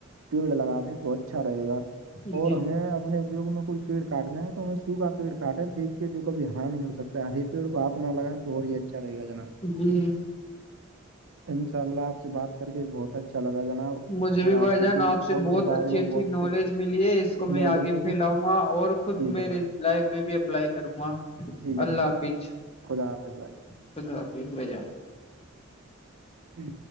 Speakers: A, on the right; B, on the left.
A: پیڑ لگا د تو اچھا رہے گا
B: جی
A: اور ہمیں اپنے اپیوگ میں کوئی پیڑ کاٹنے ہے تو ہمیں سو کا پیڑ کاٹے دیک کے جو کبھی ہرا نہیں ہو سکتا ہے ہرے پیڑ کو آپ نہ لگائیں تو اور یہ چارا یہ گ جنا
B: جی
A: انشاء اللہ آپ سے بات کر کے بہت اچھا لگا جناب
B: مجھے
A: اور
B: بھی بھائی
A: آپ سے-
B: جان
A: پیڑ
B: آپ سے
A: پودوں
B: بہت
A: کے بارے
B: اچھی
A: میں
B: اچھی
A: بہت
B: نالج
A: کچھ
B: ملی ہے اس کو میں
A: نالج
B: آگے
A: ملی
B: پھیلاؤں گا اور خود
A: جی
B: میرے-
A: جناب
B: میں بھی اپلائی کروں گا
A: جی جناب
B: اللہ حافظ
A: خدا حافظ بھائی-
B: خد آپ ب جا
A: ہوں